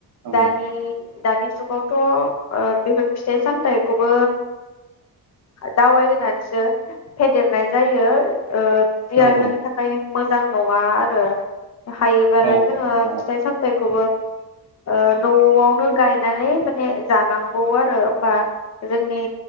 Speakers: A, on the right; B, on the left.
A: औ
B: दानि दानि जुगावथ ओ बेफोर फिथाइ सामथाइखौबो दाउाय होनानसो फेदेरनाय जायो ओ जिया
A: नंगौ
B: जोंनि थाखाय मोजां नङा आरो हायोबालाय
A: औ औ
B: जोङो
A: औ
B: फिथाइ सामथाइखौबो ओ नआव नो गायनानै माने जानांगौ आरो होमबा जोंनि